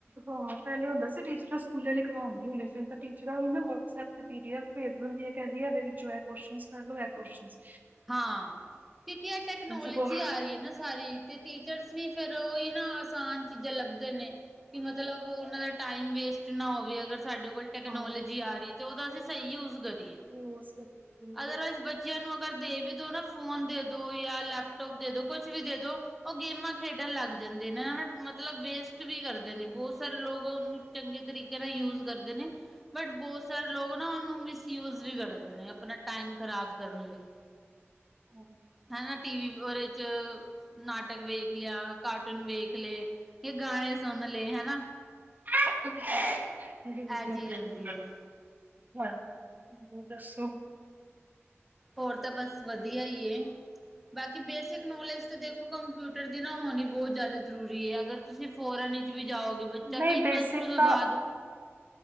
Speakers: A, on the right; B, in the centre.
A: ਹਾਂ ਪਹਿਲੇ ਹੁੰਦਾ ਸੀ ਟੀਚਰਾਂ ਸਕੂਲੇ ਲਿਖਵਾਉਂਦੀ ਹੁੰਦੇ ਸੀ ਤਾਂ ਹੁਣ ਟੀਚਰਾਂ ਵੀ ਮੈਂ ਵਟਸਐਪ ਤੇ ਪੀ ਡੀ ਐਫ ਭੇਜ ਦਿੰਦੀਆਂ ਕਹਿੰਦੀ ਏ ਇਹਦੇ ਵਿੱਚੋਂ ਐ ਕੁਅਸ਼ਚਨਜ ਕਰ ਲੋ ਐ ਕੁਅਸ਼ਚਨਜ।
B: ਹਾਂ, ਕਿਉਂਕਿ ਐ ਟੈਕਨੋਲੋਜੀ
A: ਸਗੋਂ
B: ਆ ਰਹੀ ਹੈ ਨਾ ਸਾਰੀ ਤੇ ਟੀਚਰਸ ਵੀ ਫਿਰ ਉਹੀ ਨਾ ਆਸਾਨ ਚੀਜ਼ਾਂ ਲੱਭਦੇ ਨੇ। ਕਿ ਮਤਲਬ ਉਹਨਾਂ ਦਾ ਟਾਈਮ ਵੇਸਟ ਨਾ ਹੋਵੇ ਅਗਰ ਸਾਡੇ ਕੋਲ ਟੈਕਨੋਲੋਜੀ
A: ਹਾਂ।
B: ਆ ਰਹੀ ਤੇ ਉਹਦਾ ਅਸੀਂ ਸਹੀ ਯੂਜ ਕਰੀਏ।
A: ਉਸ ਕਰਨੀ ਬਿਲਕੁਲ
B: ਅਦਰਵਾਈਜ਼ ਬੱਚਿਆਂ ਨੂੰ ਪਰ ਦੇ ਵੀ ਦੋ ਨਾ ਫੋਨ ਦੇ ਦੋ ਜਾਂ ਲੈਪਟੋਪ ਦੇ ਦੋ ਕੁਛ ਵੀ ਦੇ ਦੋ- ਉਹ ਗੇਮਾਂ ਖੇਡਣ ਲੱਗ ਜਾਂਦੇ ਨੇ ਹਨਾ ਮਤਲਬ ਵੇਸਟ ਵੀ ਕਰਦੇ ਨੇ ਬਹੁਤ ਸਾਰੇ ਲੋਕ ਉਹਨੂੰ ਚੰਗੇ ਤਰੀਕੇ ਨਾਲ ਯੂਜ ਕਰਦੇ ਨੇ। ਬਟ ਬਹੁਤ ਸਾਰੇ ਲੋਕ ਨਾ ਉਹਨੂੰ ਮਿਸਯੂਜ ਵੀ ਕਰਦੇ ਨੇ ਆਪਣਾ ਟਾਈਮ ਖ਼ਰਾਬ ਕਰਨ ਲਈ।
A: ਹਾਂਜੀ
B: ਹਨਾ ਟੀ ਵੀ ਉਹਦੇ 'ਚ ਨਾਟਕ ਵੇਖ ਲਿਆ, ਕਾਰਟੂਨ ਵੇਖ ਲਏ। ਕਿ ਗਾਣੇ ਸੁਣ ਲੇ ਹਨਾ।
A: <unintelligible>
B: ਇਹ ਚੀਜ਼ ਹੁੰਦੀ ਹੈ
A: ਹਾਂ, ਹੋਰ ਦੱਸੋ?
B: ਹੋਰ ਤਾਂ ਬਸ ਵਧੀਆ ਈ ਏ। ਬਾਕੀ ਬੇਸਿਕ ਨੌਲੇਜ ਤਾਂ ਦੇਖੋ ਕੰਪਿਊਟਰ ਦੀ ਨਾ ਹੋਣੀ ਬਹੁਤ ਜ਼ਿਆਦਾ ਜ਼ਰੂਰੀ ਏ ਅਗਰ ਤੁਸੀਂ ਫੋਰਨ ਵਿੱਚ ਵੀ ਜਾਓਗੇ ਬੱਚਾ
A: ਨਹੀਂ
B: ਕਈ
A: ਬੇਸਿਕ
B: ਪਲੱਸ ਟੂ ਤੋਂ
A: ਤਾਂ
B: ਬਾਅਦ